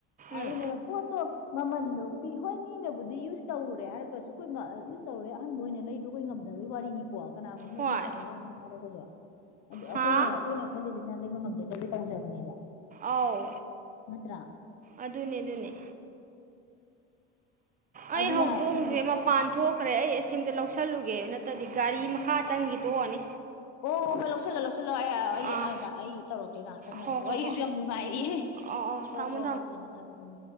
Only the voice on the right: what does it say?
ꯎꯝ
ꯍꯣꯏ
ꯍꯥ
ꯑꯥꯎ
ꯑꯗꯨꯅꯦ ꯑꯗꯨꯅꯦ ꯑꯩ
ꯍꯧꯗꯣꯡꯁꯦ
ꯃꯄꯥꯟ ꯊꯣꯛꯈ꯭ꯔꯦ ꯑꯩ ꯑꯁꯤ ꯑꯝꯇ ꯂꯧꯁꯜꯂꯨꯒꯦ ꯅꯠꯇ꯭ꯔꯗꯤ ꯒꯥꯔꯤ ꯃꯈꯥ ꯆꯪꯈꯤ ꯇꯣꯛꯑꯅꯤ
ꯑꯥ
ꯍꯣ ꯍꯣ
ꯍꯣ
ꯑꯧ ꯑꯧ
ꯊꯝꯃꯣ